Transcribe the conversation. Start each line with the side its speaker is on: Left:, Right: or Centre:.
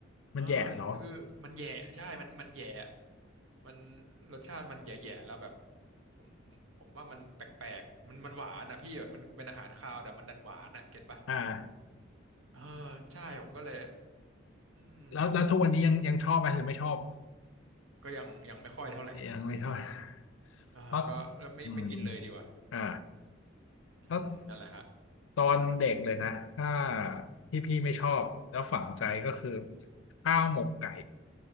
Left: มันแย่เหรอ
Right: อ่าก็คือมันแย่ใช่มันมันแย่มันรสชาติมันแย่ๆแล้วแบบผมผมว่ามันแปลกๆมันมันหวานนะพี่แบบมันเป็นอาหารคาวแต่มันดันหวานอ่ะเก็ตปะ
Left: อ่า
Right: เออใช่ผมก็เลยอืม
Left: แล้วแล้วทุกวันนี้ยังยังชอบไหมหรือไม่ชอบ
Right: ก็ยังยังไม่ค่อยเท่าไหร่
Left: ยังไม่ชอบ <laughs>
Right: อ่าก็เริ่มไม่ไม่กินเลยดีกว่า
Left: เพราะอืมอ่า
Right: อืมนั่นแหละฮะ
Left: ถ้าตอนเด็กเลยนะถ้าที่พี่ไม่ชอบแล้วฝังใจก็คือข้าวหมกไก่